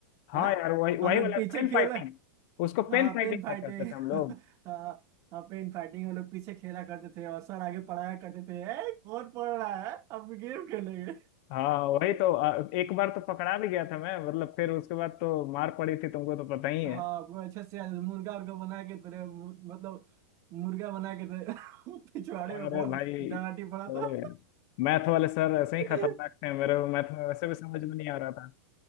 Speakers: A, on the left; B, on the right.
A: हाँ
B: हाँ
A: यार वही वही
B: हम लोग
A: वाला
B: पीछे
A: पेन
B: खेल
A: फाइटिंग उसको
B: हाँ
A: पेन फाइटिंग
B: पेन फाइटिंग
A: में करते थे हम लोग
B: <laughs> हाँ हाँ पेन फाइटिंग हम लोग पीछे खेला करते थे और सर आगे पढ़ाया करते थे ए, कौन पढ़ रहा है अब गेम खेलेंगे
A: हाँ वही तो अ, एक बार तो पकड़ा भी गया था मैं मतलब फिर उसके बाद तो मार पड़ी थी तुमको तो पता ही है
B: हाँ वो अच्छे से आज मुर्गा उर्गा बना के तेरे मुर- मतलब मुर्गा बना के तेरे <laughs> पिछवाड़े
A: अरे
B: में बहुत
A: भाई
B: डराटी
A: छोड़ो
B: पड़ा था
A: यार मैथ वाले सर ऐसे ही
B: <laughs>
A: खतरनाक थे मेरे को मैथ में वैसे भी समझ में नहीं आ रहा था